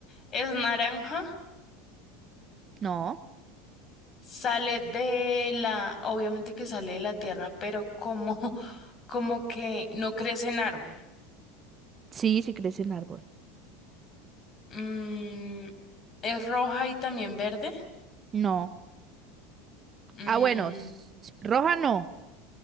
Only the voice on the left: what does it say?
es naranja.
Sale de la, obviamente que sale de la tierra, pero como <laughs> como que no crece en árbol.
Mm, es roja y también verde.
Mm,